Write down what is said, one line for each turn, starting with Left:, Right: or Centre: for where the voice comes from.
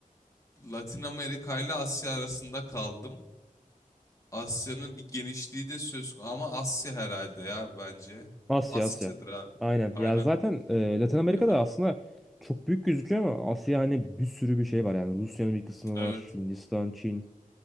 Left: Latin Amerika ile Asya arasında kaldım. Asya'nın bir genişliği de söz konusu ama Asya herhalde ya bence.
Centre: Asya
Left: Asya'dır
Centre: Asya.
Left: abi.
Centre: Aynen.
Left: Aynen.
Centre: Ya zaten e, Latin Amerika'da
Left: Aha.
Centre: aslında çok büyük gözüküyor ama Asya hani bir sürü bir şey var yani. Rusya'nın bir kısmı
Left: Evet.
Centre: var. Hindistan, Çin.